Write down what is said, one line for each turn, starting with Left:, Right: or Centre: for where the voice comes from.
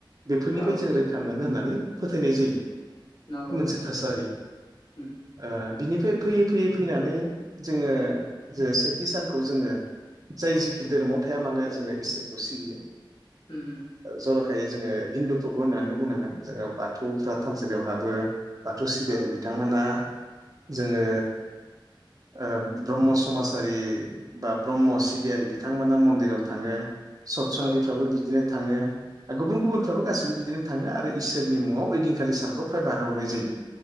Right: बेफोरनिफ्राय
Left: औ
Right: जों रोखा मोनो होननानै फोथायनाय जायो बे
Left: नंगौ
Right: मोनसे
Left: आदा
Right: थासारि
Left: उम
Right: ओ बिनिफ्राय फैयै फैयै फैनानै जोङो ओ जे सेथि सानखौ जोङो जाय जिखि धोरोमाव थाया मानो जोङो इसोरखौ सिबियो
Left: उम उम
Right: जर'खा खाय जोङो हिन्दुफोरखौ होन्नानै बुंनांगोन जोङो बाथौफ्रा थानसालिआव हाबो बाथौ सिबिआरि
Left: औ
Right: बिथां बिथांमोना जोङो ओ ब्रह्म समाजारि बा ब्रह्म सिबिआरि बिथांमोना मन्दिराव थाङो सतसंगिफ्राबो
Left: औ
Right: बिदिनो थाङो गुबुन गुबुनफ्राबो
Left: औ
Right: गासिबो बिदिनो थाङो आरो इसोरनि मुङाव ओइदिंखालि सानखौ फ्राय बारहोहरनाय जायो